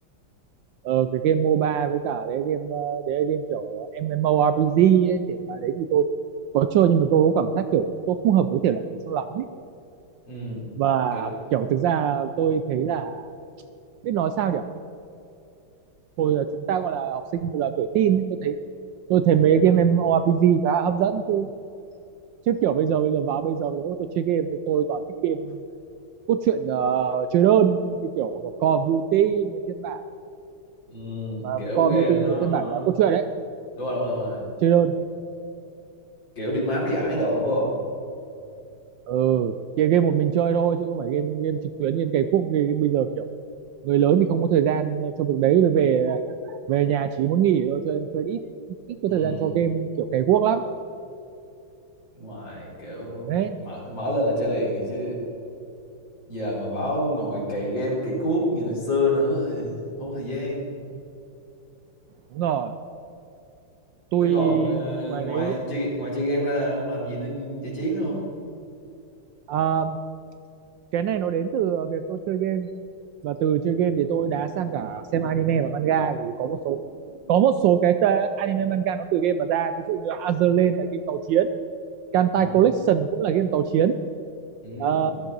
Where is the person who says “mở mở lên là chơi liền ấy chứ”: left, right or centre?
Left